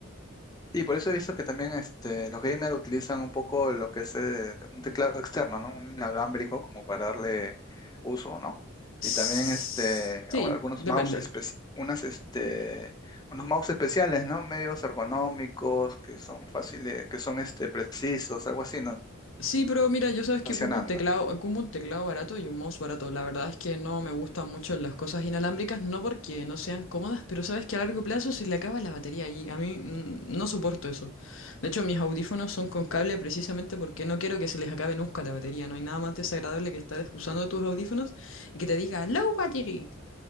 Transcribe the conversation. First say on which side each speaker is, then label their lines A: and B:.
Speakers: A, on the left; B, on the left.
A: Y por eso he visto que también este, los gamers utilizan un poco lo que es eh, un teclado externo, ¿no? Un inalámbrico como para darle uso, ¿no?
B: Sí,
A: Y también este, ahora algunos
B: depende.
A: mouse, espe- unas, este, unos mouse especiales, ¿no? Medios ergonómicos, que son fáciles, que son este, precisos, algo así, ¿no?
B: Sí, pero mira, yo sabes que
A: Funcionando.
B: ocupo un teclado, ocupo un teclado barato y un mouse barato. La verdad es que no me gustan mucho las cosas inalámbricas, no porque no sean cómodas, pero sabes que a largo plazo se le acaba la batería y a mí mm, no soporto eso. De hecho, mis audífonos son con cable precisamente porque no quiero que se les acabe nunca la batería. No hay nada más desagradable que estar usando tus audífonos y que te diga low battery.